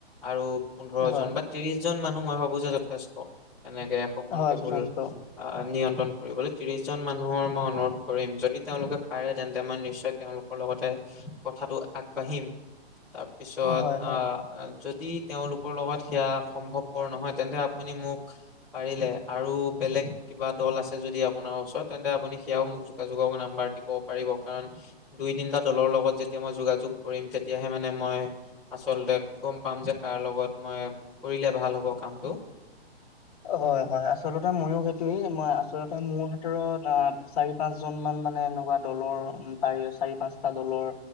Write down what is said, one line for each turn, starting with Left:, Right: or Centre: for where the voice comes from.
Centre: আৰু পোন্ধৰ
Left: হয়,
Centre: জন বা ত্ৰিশ জন মানুহ মই ভাবো যে যথেষ্ট। এনেকে শকন
Left: হয়
Centre: টেবুল
Left: যথেষ্ট
Centre: নিয়ন্ত্ৰণ কৰিবলৈ ত্ৰিশ জন মানুহৰ মই অনুৰোধ কৰিম। যদি তেওঁলোকে পাৰে তেন্তে, মই নিশ্চয় তেওঁলোকৰ লগতে কথাটো আগবাঢ়িম। তাৰপিছত
Left: হয়, হয়।
Centre: আ যদি তেওঁলোকৰ লগত সেয়া সম্ভৱপৰ নহয়, তেন্তে আপুনি মোক পাৰিলে আৰু বেলেগ কিবা দল আছে যদি আপোনাৰ ওচৰত, তেন্তে আপুনি সেয়াও মোক যোগাযোগক নাম্বাৰ দিব পাৰিব। কাৰণ দুই তিনিটা দলৰ লগত যেতিয়া মই যোগাযোগ কৰিম। তেতিয়াহে মানে মই আচলতে গম পাম যে, কাৰ লগত মই কৰিলে ভাল হ'ব কামটো।
Left: হয় হয় আচলতে, মইও সেইটোৱেই মই আচলতে মোৰ হাতৰ, আ চাৰি পাঁচ জন মান মানে, এনেকুৱা দলৰ পাৰি চাৰি পাঁচটা দলৰ